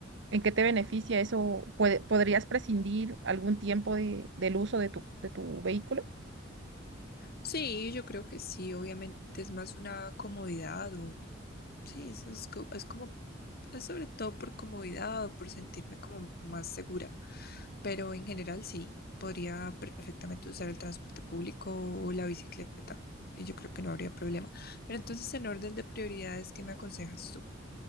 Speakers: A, on the right; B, on the left.
A: en qué te beneficia eso? ¿Puede- podrías prescindir algún tiempo de, del uso de tu, de tu vehículo?
B: Sí, yo creo que sí, obviamente es más una comodidad o sí, eso es, co- es como, es sobre todo por comodidad o por sentirme como más segura, pero en general sí, podría perfectamente usar el transporte público o la bicicleta y yo creo que no habría problema. Pero entonces en orden de prioridades, ¿qué me aconsejas tú?